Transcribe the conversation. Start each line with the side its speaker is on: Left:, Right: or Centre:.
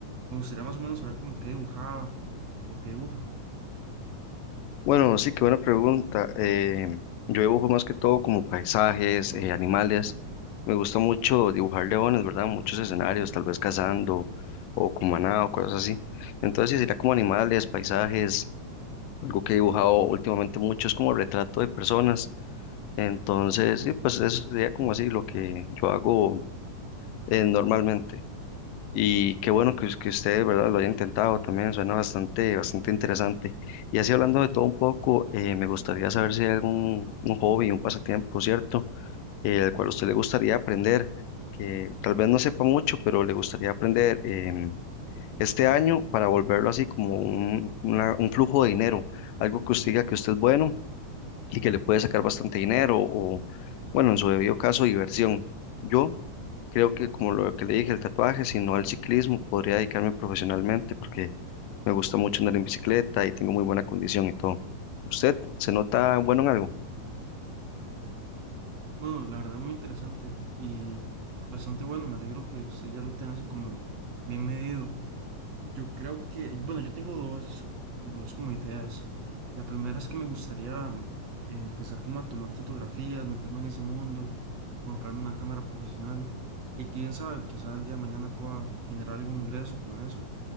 Right: Me gustaría más o menos saber como qué dibujaba o qué dibuja.
Left: Bueno, sí, qué buena pregunta. Eh, yo dibujo más que todo como paisajes, eh, animales. Me gusta mucho dibujar leones, ¿verdad? Muchos escenarios, tal vez cazando o con maná o cosas así. Entonces, sí, sería como animales, paisajes. Algo que he dibujado últimamente mucho es como retrato de personas. Entonces, sí, pues eso sería como así lo que yo hago eh, normalmente. Y qué bueno que, us- que usted, ¿verdad? Lo haya intentado también, suena bastante, bastante interesante. Y así hablando de todo un poco, eh, me gustaría saber si hay algún un hobby, un pasatiempo, ¿cierto? Eh, al cual a usted le gustaría aprender, que tal vez no sepa mucho, pero le gustaría aprender em, este año para volverlo así como un, una- un flujo de dinero, algo que usted diga que usted es bueno y que le puede sacar bastante dinero o, bueno, en su debido caso, diversión. Yo Creo que como lo que le dije, el tatuaje, sino al ciclismo, podría dedicarme profesionalmente porque me gusta mucho andar en bicicleta y tengo muy buena condición y todo. ¿Usted se nota bueno en algo?
Right: Bueno, la verdad es muy interesante y bastante bueno. Me alegro que usted ya lo tenga así como bien medido. Yo creo que, bueno, yo tengo dos, dos como ideas. La primera es que me gustaría mm, eh, empezar como a tomar fotografías, meterme en ese mundo, comprarme una cámara profesional y quién sabe, quizás el día de mañana pueda generar algún ingreso con eso.